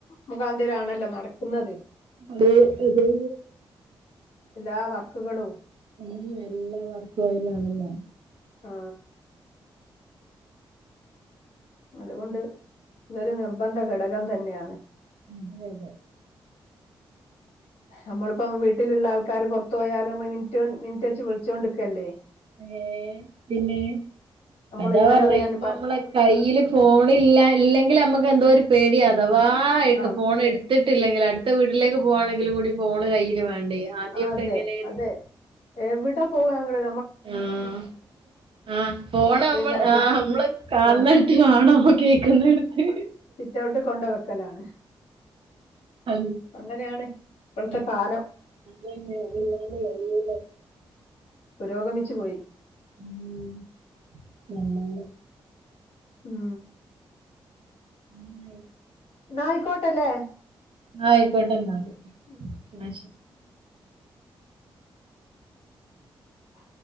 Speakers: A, on the left; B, on the right.
A: മുഖാന്തെരാണല്ലോ നടക്കുന്നെത്.
B: അതെ അതെ.
A: എല്ലാ വർക്ക്കളൂ
B: ഉം എല്ലാ വർക്കൂ അയിലാണല്ലോ.
A: ആ അത്കൊണ്ട് ഇതൊര് നിർബന്ധ ഘടകം തന്നെയാണ്.
B: അതെ അതെ
A: നമ്മളിപ്പം വീട്ടിലുള്ള ആൾക്കാര് പുറത്തു പോയാലും <unintelligible> മിനിറ്റ് വെച്ച് വിളിച്ചോണ്ട്ക്കുവല്ലേ
B: ഏ പിന്നേ
A: നമ്മൾ
B: അതാ
A: ഇവരറിയാൻ
B: പറഞ്ഞ ഇപ്പൊ
A: പ
B: നമ്മളെ കയ്യില്
A: ആ
B: ഫോണില്ല ഇല്ലെങ്കിൽ നമ്മുക്ക് എന്തോര് പേട്യ അഥവാ
A: ആ
B: ഫോൺ എടുത്തിട്ട് ഇട്ടില്ലെങ്കിൽ അടുത്ത വീട്ടിലേക്ക് പോവാണെങ്കിലുങ്കൂടി ഫോണ് കയ്യിൽ വേണ്ടേ ആദ്യൊക്കെ
A: അതെ
B: എങ്ങനെയായിരുന്നു
A: അതെ എവിടെ പോവാണെ
B: ആഹ് ആഹ് ഫോണ് നമ്മള്
A: പിന്നെ സി
B: ആഹ് നമ്മള് കാണുന്നടുട്ട
A: ആ
B: വാണോ കേൾക്കുന്ന എടുത്ത്
A: സിറ്റ് ഔട്ട് കൊണ്ട് വെക്കലാണ്
B: അ
A: അങ്ങനെയാണ് ഇപ്പോഴത്തെ
B: അ അങ്ങെ
A: കാലം
B: അതില്ലാണ്ട് കയ്യൂലാലൊ
A: പുരോഗമിച്ചു പോയി
B: ഉം നല്ലോണം
A: ഉം
B: ഉം
A: ന്നായിക്കോട്ടല്ലേ
B: ആയിക്കോട്ടെ ന്നാല്
A: ഉം
B: ക്ഷെ
A: അ